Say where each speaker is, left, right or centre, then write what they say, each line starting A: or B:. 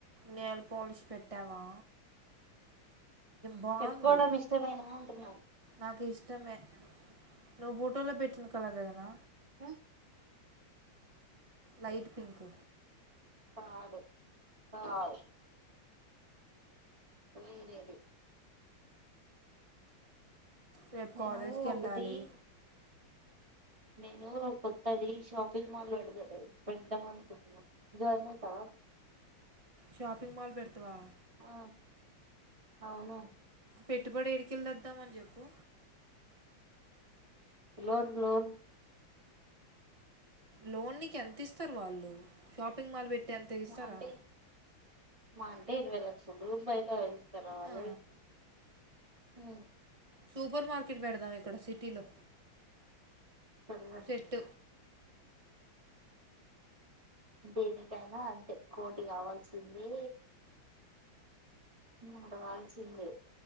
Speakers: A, on the right; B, on the right.
A: నెల్ పాలిష్ పెట్టావా బాగుంది
B: పెట్టుకోవడం ఇష్టమేనా అంటున్నాను
A: నాకు ఇష్టమే నువ్వు బుట్టిలో పెట్టిన కలరేనా
B: హు
A: లైట్ పింక్
B: అదే అదే వేరేది
A: రేపు
B: నేను
A: కాలేజ్కి వెళ్ళాలి.
B: ఒకటి నేను కొత్తది షాపింగ్ మాల్ పెదామనుకుంటున్నా జాయిన్ అయితవ
A: షాపింగ్ మాల్ పెడతావా
B: ఆ అవును
A: పెట్టుబడి ఏడికెల్లి తెద్దామని చెప్పు
B: లోన్ లోన్
A: లోన్ నీకి ఎంత ఇస్తారు వాళ్ళు షాపింగ్ మాల్ పెట్టి టెన్త్ ఇస్తారా
B: మా అంటే మా అంటే ఇరవై లక్షలు బయట <unintelligible>
A: ఆ,
B: హు
A: సూపర్ మార్కెట్ పెడదాం ఇక్కడ సిటీలో
B: కింద
A: సెట్
B: దేనికైనా అంతే కోటి కావాల్సిందే నడవాల్సిందే